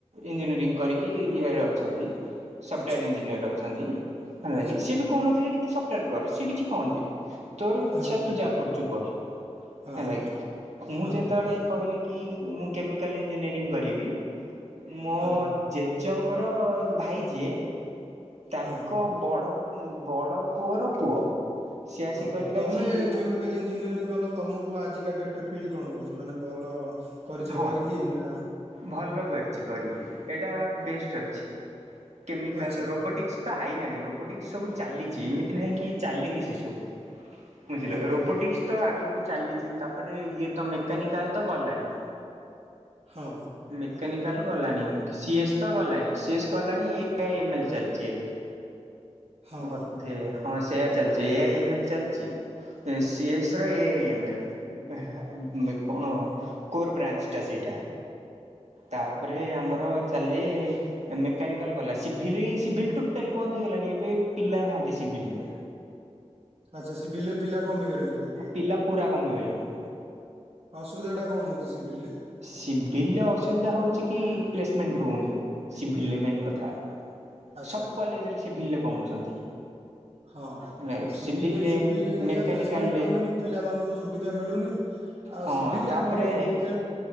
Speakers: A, on the right (about 80°); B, on the right (about 60°).
A: ଇଞ୍ଜିନିୟରିଂ କରିକି ଇଏରେ ଅଛନ୍ତି। ସଫ୍ଟୱେର
B: ଆଚ୍ଛା
A: ଇଞ୍ଜିନିୟର ଅଛନ୍ତି ହେଲାକି
B: ଆଚ୍ଛା
A: ସେ ବି କହୁନଥିଲେ କି ତୁ ସଫ୍ଟୱେର କର ସେ କିଛି କହନ୍ତିନି ତୋର ଇଛା
B: ହଁ
A: ତୁ ଯାହା କରୁଛୁ କର।
B: ହଁ
A: ହେଲାକି। ମୁଁ
B: ହଁ
A: ଯେତେବେଳେ କହିଲି କି ମୁଁ କେମିକାଲ ଇଞ୍ଜିନିୟରିଂ କରିବି ମୋ
B: ହଁ
A: ଜେଜେଙ୍କର ଭାଇ ଯିଏ ତାଙ୍କ
B: ହଁ
A: ବଡ଼ ବଡ ପୁଅର ପୁଅ। ସିଏ ଆସି
B: ହଁ
A: କହିଥିଲା
B: ତମେ
A: ଛି
B: କେମିକାଲ ଇଞ୍ଜିନିୟରିଂ କଲ ତମକୁ ଆଜିକା ଡେଟରେ ଫିଲ୍ କଣ ହଉଛି ମାନେ ଭଲ କରିଛ
A: ହଁ
B: କରିକି ନା?
A: ଭଲ କରିଛି କରିକି ଏଇଟା ବେଷ୍ଟ ଅଛି କେମିକାଲ
B: ଆଚ୍ଛା
A: ରୋବୋଟିକ୍ସ ତ ଆଇଲାଣି ରୋବୋଟିକ୍ ସବୁ ଚାଲିଛି ଏମିତି ନାହିଁ କି ଚାଲିନି ସେ ସବୁ। ବୁଝିଲ
B: ହଁ
A: ରୋବୋଟିକ୍ସ ତ ଆଗକୁ ଚାଲିଛି ତାପରେ ଇଏ ତ ମେକାନିକାଲ ତ ଗଲାଣି।
B: ହଁ।
A: ମେକାନିକାଲ ଗଲାଣି ସି ଏସ୍ ତ ଗଲାଣି ସି ଏସ୍ ଗଲାଣି ଏ ଆଇ ଏମ ଏଲ ଚାଲିଛି ଏବେ।
B: ହଁ
A: ବଧେ ହଁ ସେୟା ଚାଲିଛି ଏଆଇ ଏମ ଏଲ ଚାଲିଛି। ତ ସିଏ ସ ର ଏ ଏମେଲ କଣ? କୋର ବ୍ରାଞ୍ଚଟା ସେଇଟା ତାପରେ ଆମର ଚାଲେ ମେକାନିକାଲ ଗଲା ସିଭିଲି ସିଭିଲ ଟୋଟାଲି ବନ୍ଦ ହେଇଗଲାଣି ଏବେ ପିଲା ନାହାନ୍ତି ସିଭିଲରେ।
B: ଆଚ୍ଛା ସିଭିଲରେ ପିଲା କମିଗଲେଣି ସବୁ?
A: ପିଲା ପୁରା କମିଗଲେଣି।
B: ଅସୁିଧାଟା କଣ ହଉଛି ସିଭିଲରେ?
A: ସିଭିଲରେ ଅସୁବିଧା ହେଉଛି କି ପ୍ଲେସମେଣ୍ଟ ରହୁନି ସିଭିଲରେ ମେନ୍ କଥା।
B: ଆଚ୍ଛା
A: ସବୁ କଲେଜରେ ସିଭିଲରେ କମୁଛନ୍ତି।
B: ହଁ
A: ସିଭିଲରେ
B: ସିଭିଲ ସିଭିଲରେ
A: ମେକାନିକାଲରେ
B: ପ୍ଲେସମେଣ୍ଟ ରହୁନି ପିଲାମାନଙ୍କୁ ସୁବିଧା ମିଳୁନି। ଆଉ
A: ହଁ
B: ସିଭିଲ
A: ତାପରେ
B: ଆମର
A: ଏକ
B: ହୋଟେଲ